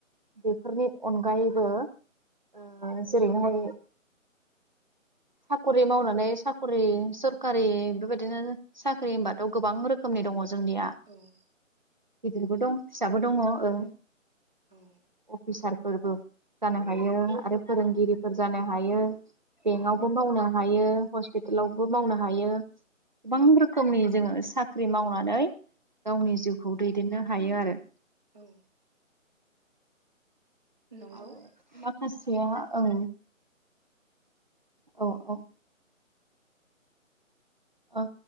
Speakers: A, on the right; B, in the centre.
A: बेफोरनि अनगायै बो ओ जेरैहाय साखरि मावनानै साखरि सरखारि बेबायदिनो साख्रि होनबाथ गोबां रोखोमनि दङ जोंनिया
B: औ
A: गिदिरबो दं फिसाबो दङ ओ
B: औ
A: अफिसार फोरबो जानो हायो आरो फोरोंगिरिफोर जानो हायो। बेंकयावबो
B: औ
A: मावनो हायो। हस्पिटालावबो मावनो हायो गोबां रोखोमनि जोङो साख्रि मावनानै गावनि जिउखौ दैदेननो हायो आरो
B: औ नंगौ
A: आरो माखासेया औ औ औ ओ